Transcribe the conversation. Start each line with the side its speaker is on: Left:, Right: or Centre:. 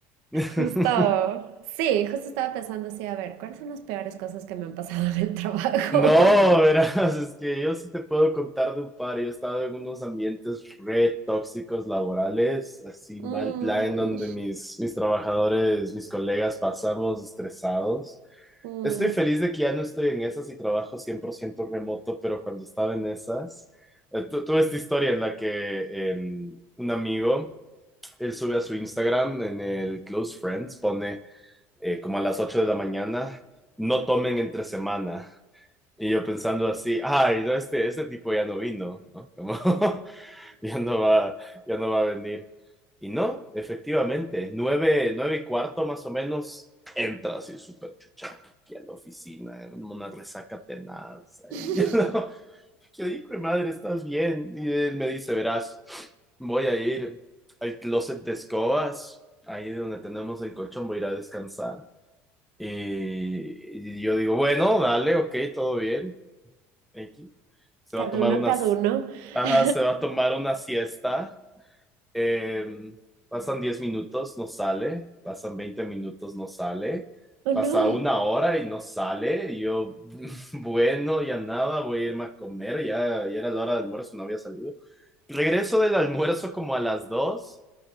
Centre: <laughs>
Right: Justo... Sí, justo estaba pensando así, a ver, ¿cuáles son las peores cosas que me han pasado en el trabajo?
Centre: No,
Right: <laughs>
Centre: verás, es que yo sí te puedo contar de un par. Yo he estado en unos ambientes re tóxicos laborales, así
Right: Mm,
Centre: mal plan, donde mis, mis trabajadores, mis colegas pasamos estresados.
Right: mm.
Centre: Estoy feliz de que ya no estoy en esas y trabajo 100% remoto, pero cuando estaba en esas, eh, tu- tuve esta historia en la que em, un amigo, él sube a su Instagram, en el Close Friends, pone eh, como a las 8 de la mañana, no tomen entre semana. Y yo pensando así, ay, no, este, este tipo ya no vino, ¿no? Como, <laughs> ya no va, ya no va a venir. Y no, efectivamente, nueve, nueve y cuarto más o menos, entra así súper chucha aquí a la oficina, en una resaca tenaz. Ahí,
Right: <laughs>
Centre: <laughs> ¿no? Yo digo, madre, ¿estás bien? Y él me dice, verás, voy a ir al closet de escobas, ahí de donde tenemos el colchón, voy a ir a descansar. Y yo digo, bueno, dale, ok, todo bien. X. Se
Right: Cada
Centre: va a tomar
Right: uno,
Centre: unas,
Right: cada uno.
Centre: ajá,
Right: <laughs>
Centre: se va a tomar una siesta. Eh, pasan 10 minutos, no sale. Pasan 20 minutos, no sale.
Right: Oh,
Centre: Pasa
Right: no,
Centre: una hora y no sale. Y yo, <laughs> bueno, ya nada, voy a irme a comer. Ya, ya era la hora del almuerzo, no había salido. Regreso del almuerzo como a las dos